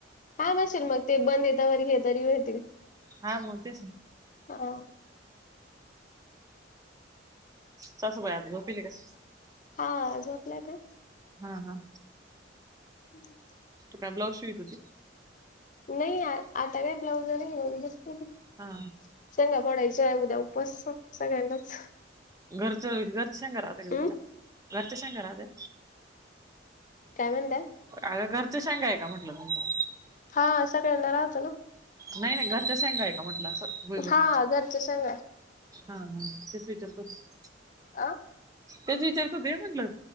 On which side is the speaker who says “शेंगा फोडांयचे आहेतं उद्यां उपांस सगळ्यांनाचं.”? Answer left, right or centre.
Left